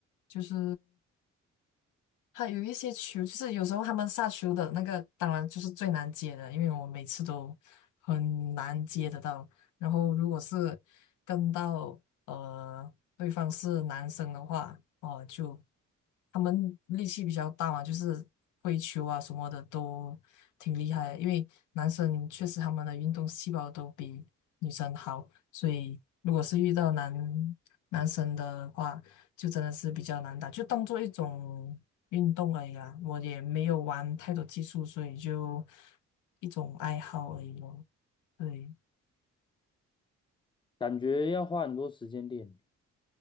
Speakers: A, on the left (about 80°); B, on the left (about 15°).
A: 就是。还有一些球，就是有时候他们下球的那个，当然就是最难接的，因为我每次都很难接得到。然后如果是跟到呃对方是男生的话，哦、就他们力气比较大嘛，就是挥球啊什么的都挺厉害的因为男生确实他们的运动细胞都比女生好，所以如果是遇到男男生的话，就真的是比较难打，就当做一种运动而已啦。我也没有玩太多技术，所以就一种爱好而已咯。对。
B: 感觉要花很多时间练，